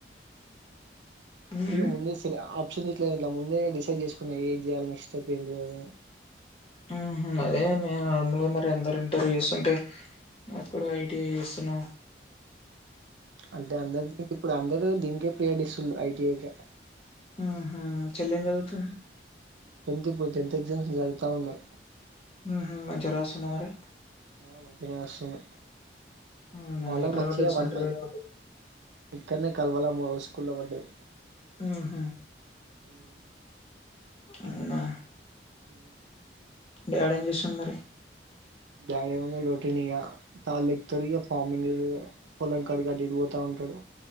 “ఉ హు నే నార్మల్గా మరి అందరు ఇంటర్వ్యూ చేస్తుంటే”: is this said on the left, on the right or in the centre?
Left